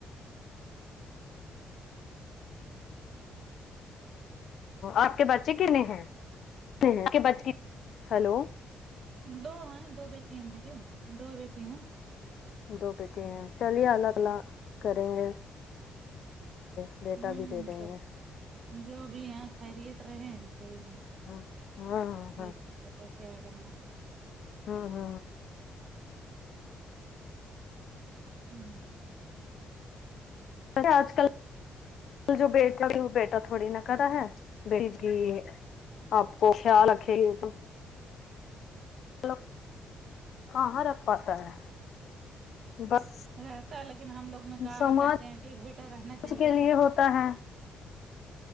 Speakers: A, on the left; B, on the right.
A: آپ کے بچے کتنے ہیں آپ کے بچے کی ہیلو
B: دو ہیں دو بیٹی ہیں میرری دو بیٹی ہیں
A: دو بیٹے ہیں چلی اگلا کریں گے <inaudible>
B: ہوں
A: دے دیں
B: سب
A: گے
B: جو بھی ہیں خرییت رہے ہیں کوئی نہیں
A: ہاں ہاں ہاں
B: بیٹی
A: ہاں
B: بیٹا کیا کرنا
A: ہاں ہاں
B: ہوں <unintelligible>
A: ویسے آج کل کل جو بیٹا ہو وہ بیٹا تھوڑی نا کرا ہے بیٹی آپ کو خیال رکھے گی وہ کہاں رکھ پاتا ہے بس
B: رہتا ہے لیکن ہم لوگ نے کہاں
A: سماج
B: کہتے ہیں ایک بیٹا رہنا چاہیے
A: کے
B: نا
A: لیے ہوتا ہے